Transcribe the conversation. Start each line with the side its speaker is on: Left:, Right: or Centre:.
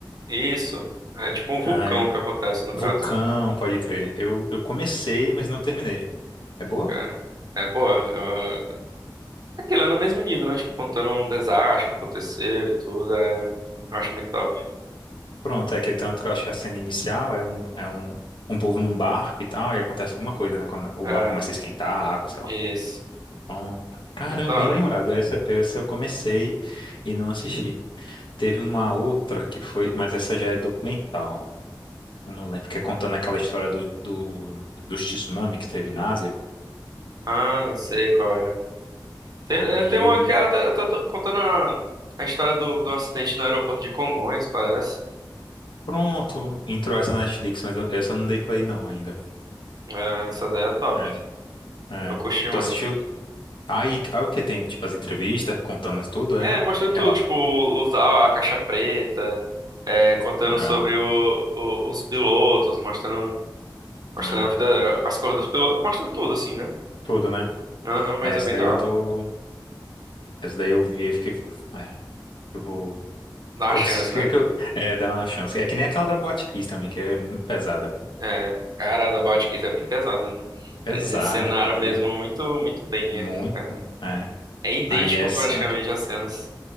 Right: Isso. É tipo um vulcão
Left: Ah, é.
Right: que acontece, no
Left: Vulcão,
Right: caso.
Left: pode crer. Eu, eu comecei, mas não terminei. É boa?
Right: Cara, é boa. É, é aquilo é no mesmo nível, né? Tipo, contando um desastre que aconteceu e tudo. É, eu
Left: Hum.
Right: acho muito top.
Left: Pronto, é que tanto que eu acho que a cena inicial é um, é um, um povo num barco e tal, e acontece alguma coisa, né? Quando o
Right: É,
Left: barco começa a esquentar a água, sei
Right: isso.
Left: lá. Pronto. Caramba,
Right: Muito da
Left: bem
Right: hora.
Left: lembrado. Essa, essa eu comecei e não assisti. Teve uma outra que foi, mas essa já é documental. Eu não lembro, que é contando aquela história do, do, dos tsunami que teve na Ásia.
Right: Ah, sei qual é. Tem,
Left: Aí,
Right: é, tem uma que é, tá, tá contando a, a história do, do acidente no aeroporto de Congonhas, parece.
Left: pronto, entrou essa na Netflix, mas eu- essa eu não dei play não ainda.
Right: É, essa daí é top.
Left: É. É.
Right: Eu curti muito.
Left: Tu assistiu? Aí, aí o que tem? Tipo, as entrevistas contando isso tudo,
Right: É,
Left: é?
Right: mostrando tudo,
Left: Relato.
Right: tipo, usar a caixa preta, é, contando
Left: Caramba.
Right: sobre o, o- os pilotos, mostrando, mostrando
Left: Ai,
Right: a vida,
Left: velho.
Right: as cores dos pilotos, mostra tudo, assim, né?
Left: Tudo, né?
Right: Aham, mas
Left: É, essa
Right: é bem
Left: daí
Right: da
Left: eu
Right: hora.
Left: tô. Essa daí eu vi e fiquei. É, eu vou. <laughs>
Right: Dá uma
Left: Consegui
Right: chance, né?
Left: que eu- É, dá uma chance. É que nem aquela da Boate Kiss também, que é muito pesada, pô.
Right: É, cara, a da Botkiss é bem pesada, né?
Left: pesada,
Right: Eles encenaram
Left: pô, aí
Right: mesmo muito, muito bem
Left: muito,
Right: ali, cara.
Left: é.
Right: É idêntico
Left: Aí essa
Right: praticamente às cenas.